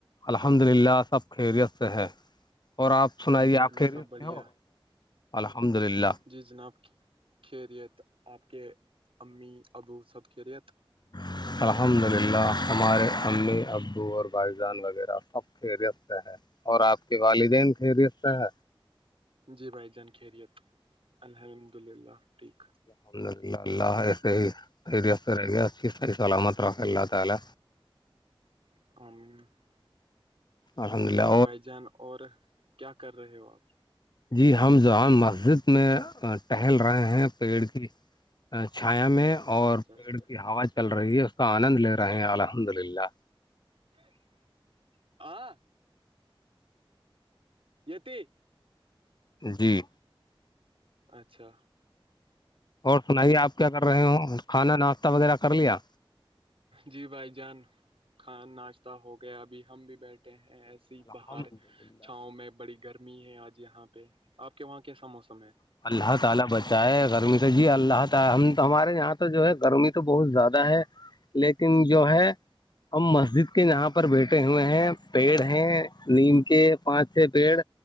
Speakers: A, on the left (about 50°); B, on the right (about 80°).
A: الحمد للہ سب خیریت سے ہے اور آپ سنائیے
B: گھر
A: آپ ک
B: میں سب بڑھیا
A: سے ہو الحمد للہ
B: جی جناب کے ریت آپ کے امی ابو سب کے ریت
A: <unintelligible> الحمد للہ ہمارے امی ابو اور بھائی جان وغیرہ سب خیریت سے ہے اور آپ کے والدین خرست ہے
B: جی بھائی جان خیریت الحمد للہ ٹھیک
A: الحمد للہ اللہ ایسے ہی خیرییاف سے رہ گیا اچھی صح سلامت ر اللہ تعالی
B: <unintelligible>
A: الحمدلہ
B: ا بھائی جان اور کیا کر رہے ہو آپ
A: جی ہم جوام مسجد میں ٹہل رہے ہیں پیڑ کی چھایا میں اور
B: اچھا اچھا
A: پیڑ کی ہوا چل رہی ہے اس کا آنند لے رہے ہیں الحمد للہ
B: <unintelligible> تی
A: جی
B: اچھا
A: اور سنائیے آپ کیا کر رہے ہو کھانا ناشتہ وغیرہ کر لیا
B: جی بھائی جان کان ناشتہ ہو گیا ابھی ہم بھی بیٹھے ہیں ایسے
A: الحمد
B: باہر
A: للہ
B: چھاؤں میں بڑی گرمی ہے آج یہاں پہ آپ کے وہاں کیسا موسم ہے
A: <unintelligible> لیکن جو ہے ہم مسجد کے یہاں پر بیٹھے ہوئے ہیں پیڑ ہیں نیم کے پانچ چھ پیڑ